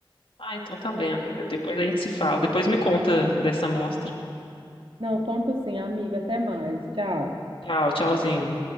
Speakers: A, on the left (about 80°); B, on the right (about 75°).
A: Ah, então tá bem, amiga. Depois a gente se fala. Depois me conta dessa amostra.
B: Não, conta sim, amiga, até mais. Tchau.
A: Tchau, tchauzinho.